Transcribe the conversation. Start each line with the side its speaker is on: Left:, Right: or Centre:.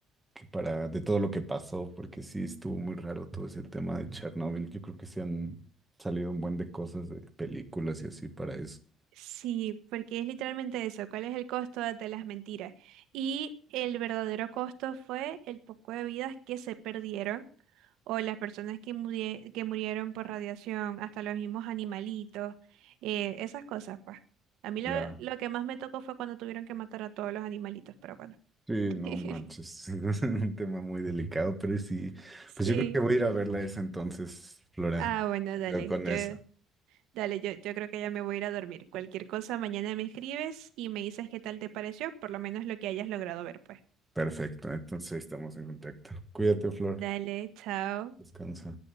Centre: que para, de todo lo que pasó, porque sí estuvo muy raro todo ese tema de Chernóbil. Yo creo que sí han salido un buen de cosas, de películas y así para eso.
Right: Sí, porque es literalmente eso, ¿cuál es el costo de las mentiras? Y el verdadero costo fue el poco de vidas que se perdieron o las personas que, murie- que murieron por radiación, hasta los mismos animalitos, eh, esas cosas, pues. A mí lo,
Centre: Ya.
Right: lo que más me tocó fue cuando tuvieron que matar a todos los animalitos, pero bueno.
Centre: Sí, no
Right: <laughs>
Centre: manches, <laughs> es un tema muy delicado, pero sí,
Right: Sí.
Centre: pues yo creo que voy a ir a verla esa entonces, Flora.
Right: Ah, bueno,
Centre: Me
Right: dale.
Centre: quedo con
Right: Yo,
Centre: esa.
Right: dale, yo, yo creo que ya me voy a ir a dormir. Cualquier cosa, mañana me escribes y me dices qué tal te pareció, por lo menos lo que hayas logrado ver, pues.
Centre: Perfecto, entonces ahí estamos en contacto. Cuídate, Flor.
Right: Dale, chao.
Centre: Descansa.